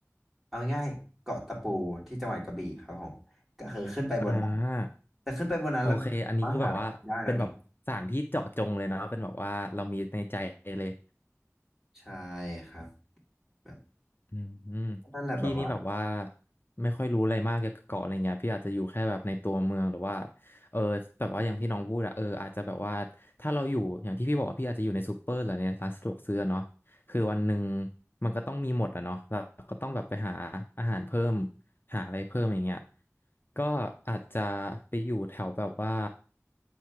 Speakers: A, in the centre; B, on the left (about 40°).
A: เอาง่ายๆเกาะตะปูที่จังหวัดกระบี่ครับผมก็คือขึ้นไปบนนั้น
B: อ่า
A: แต่ขึ้นไปบนนั้นแล้วก็สามารถหาอะไรกินได้แล้วนี่
B: โอเคอันนี้คือแบบว่าเป็นแบบสถานที่เจาะจงเลยเนาะเป็นแบบว่าเรามีในใจเลย
A: ใช่ครับแบบ
B: อืมอืม
A: นั่นแหละแบบว่า
B: พี่นี่แบบว่าไม่ค่อยรู้อะไรมากเกี่ยวกับเกาะอะไรเงี้ยพี่อาจจะอยู่แค่แบบในตัวเมืองหรือว่าเออแบบว่าอย่างที่น้องพูดอะเอออาจจะแบบว่าถ้าเราอยู่อย่างที่พี่บอกว่าพี่อาจจะอยู่ในซูเปอร์หรือในร้านสะดวกซื้ออะเนาะคือวันหนึ่งมันก็ต้องมีหมดอะเนาะเราก็ต้องแบบไปหาอาหารเพิ่มหาอะไรเพิ่มอย่างเงี้ยก็อาจจะไปอยู่แถวแบบว่า